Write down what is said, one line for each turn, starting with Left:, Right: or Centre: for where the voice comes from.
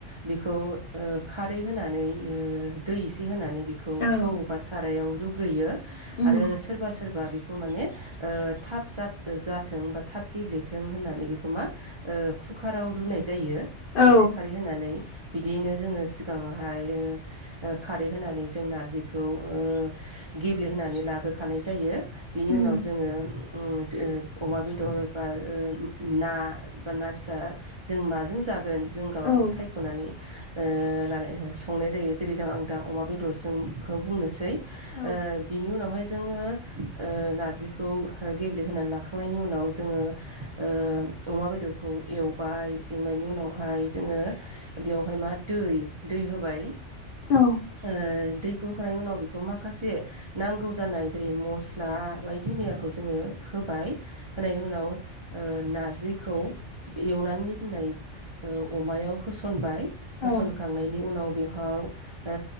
Right: बेखौ ओ खारै होनानै नानै ओ दै एसे होनानै बेखौ
Left: औ
Right: थौ बा साराइयाव रु ग्रोयो
Left: उम
Right: आरो सोरबा सोरबा बेखौ माने ओ थाब जाथ- जाथों बा थाब गेब्लेथों होननानै बेखौ मा ओ कुकाराव रुनाय जायो
Left: औ
Right: एसे खारै होनानै बिदियैनो जोङो सिगाङाव बाय ओ खारै होनानै जों नारजिखौ ओ गेब्लेहोनानै लाग्रोखानाय जायो बिनि
Left: उम
Right: उनाव जोङो ओम जो अमा बेदर बा ओ ना बा ना फिसा जों माजों जागोन जों गावबागाव
Left: औ
Right: सायख'नानै ओ लानाय ओ संनाय जायो जेरै जों आं दा अमा बेदरजों खौ बुंनोसै
Left: औ
Right: ओ बिनि उनावहाय जोङो ओ नारजिखौ गेब्लेहोनानै लाखांनायनि उनाव जोङो ओ अमा बेदरखौ एवबाय एवनायनि उनावहाय जोङो बेवहाय मा दै दै होबाय ओ
Left: औ
Right: ओ दैखौ होखांनायनि उनाव बेखौ माखासे नांगौ जानाय जेरै मस्ला बायदि मैयाखौ जोङो होबाय होनायनि उनाव ओ नारजिखौ एवनानै दोननाय ओ अमायाव होसनबाय होसन
Left: औ
Right: होखांनायनि उनाव बेहाव ओ